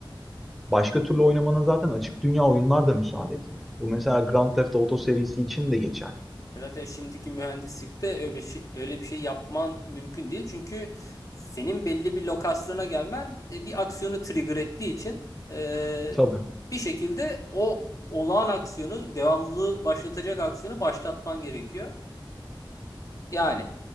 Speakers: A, in the centre; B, on the left.
A: Başka türlü oynamanın zaten açık dünya oyunlar da müsaade etmiyor. Bu mesela
B: Hı hı.
A: Grand Theft Auto serisi için de geçer.
B: Zaten şimdiki mühendislikte öyle bir şey, öyle bir şey yapman mümkün değil. Çünkü senin belli bir lokasyona gelmen e, bir aksiyonu trigger ettiği için e,
A: Tabii.
B: bir şekilde o olağan aksiyonu, devamlılığı başlatacak aksiyonu başlatman gerekiyor. Yani